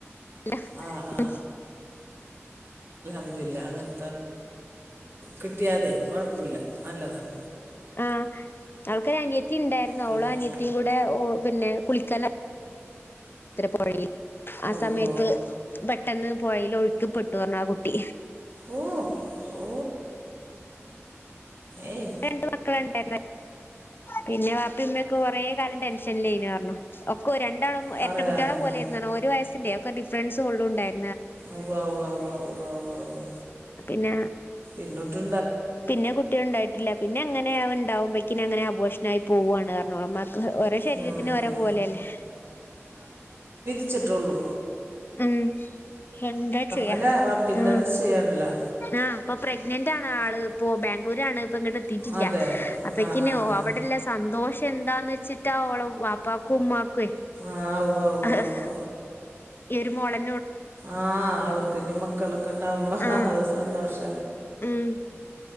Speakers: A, on the left; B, on the right.
A: അല്ല
B: ആ ആ
A: ഉം
B: അതില്ല അങ്ങനെ കിട്യാതെ കുഴപ്പല്ല നല്ലതണ്
A: ആ അവൾക്കൊര നിയത്തിണ്ടാരുന്നു
B: പിന്നെ
A: ഓളോ അനിയത്തി കൂടെ ഓ പിന്നെ കുളിക്കാനാ പുഴ ആ
B: അള്ളോ
A: സമയത്ത് പെട്ടന്ന് പുയല് ഒഴുക്കിപ്പെട്ടു പറഞ്ഞാ ആ കുട്ടി
B: ഓ ഓ ഏയ്
A: രണ്ട് മക്കള്ണ്ട് പിന്നെ വാപ്പിമ്മൊക്കെ കൊറേ കാലം ടെൻഷനലേനു പറഞ്ഞു ഒക്ക് രൺ രണ്ടാളും
B: പറയാനുണ്ടോ
A: എരട്ട കുട്യാളെ പോലെരുന്നേന്ന് ഒരു വയസ്സിന്റെയൊ ഡിഫറൻസ് കൊള്ളുണ്ടായ്
B: ഉവ്വ ഉവ്വ ഉവ്വ ഉവ്വ ഉവ്വ ഉവ്വ
A: പിന്നെ
B: ഇന്നട്ട്
A: പിന്നെ കുട്ടിയൊണ്ടായിട്ടില്ല. ന്നെ എങ്ങനെയവൻ ണ്ടാവുമ്പക്കിനും അങ്ങനെ അബോഷണായി പോവുവാണ് പറഞ്ഞു. മ്മാക്ക് ഓരോ ശരീരത്തിനും
B: ഉം
A: ഓരോ
B: ഉം
A: പോലെല്ലേ?
B: ച്ചിട്ടുള്ളൂ
A: ഉം എന്താ ചെയ്യാ
B: അല്ല റബ്ബിൻ്റെ
A: ഉം
B: നിശ്ചയാണല്ലോ
A: ആ ഇപ്പോ പ്രെഗ്നന്റാ ആള് ഇപ്പോ ബാംഗ്ലൂരാണ്. ങ്ങടെത്തീട്ടില്ല
B: അതെ
A: അപ്പക്കിന്
B: ആ ആ ആ
A: അവിടെള്ള സന്തോഷ് ന്താന്ന് വെച്ചിട്ടാ ഓള വാപ്പാക്കും ഉമ്മാക്
B: ആ ഉവ്വ ഉവ്വ
A: <unintelligible>
B: ഉവ്വ
A: എരുമോളെ
B: ആ അവർക്ക് ഇനി മക്കളൊക്കെണ്ടാവുമ്പോ
A: ആഹ്
B: ആ സന്തോഷം.
A: ഉം